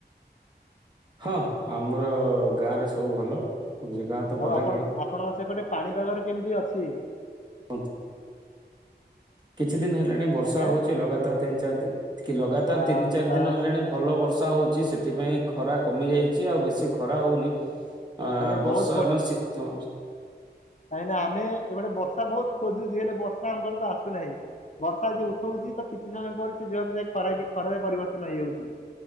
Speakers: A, on the right (about 25°); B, on the left (about 45°).
A: ହଁ ଆମର ଗାଁ ରେ ସବୁ ଭଲ ଯେ ଗାଁ। ତ ବଲାଙ୍ଗୀର
B: ଆଉ ଆପଣ ଆପଣଙ୍କ ସେପଟେ ପାଣିପାଗର କେମିତି ଅଛି?
A: କୁହନ୍ତୁ। କିଛି ଦିନ ହେଲାଣି ବର୍ଷା
B: ଆଜ୍ଞା?
A: ହଉଛି ଲଗାତାର ତିନି ଚାରି ଦିନ କି ଲଗାତାର
B: ବା
A: ତିନି ଚାରି
B: ତା
A: ଦିନ ହେଲାଣି ଭଲ ବର୍ଷା ହଉଛି ସେଥିପାଇଁ ଖରା କମି ଯାଇଛି ଆଉ ବେଶୀ ଖରା ହଉନି। ଆ
B: ଆଜ୍ଞା
A: ବର୍ଷା
B: ବହୁତ
A: ମାନେ ଶୀତ
B: କାହିଁକି ନା ଆମେ ଏପଟେ ବର୍ଷା ବହୁତ ଖୋଜୁଛି ହେଲେ ବର୍ଷା ଆମ ପାଖକୁ ଆସୁନାହିଁ। ବର୍ଷା ଯଦି ଉଠଉଛି ତ କିଛି ସମୟ ପରେ ସେ ଯିବାକୁ ସେ ଖରା କି ଖରାରେ ପରିବର୍ତ୍ତନ ହେଇଯାଉଛି।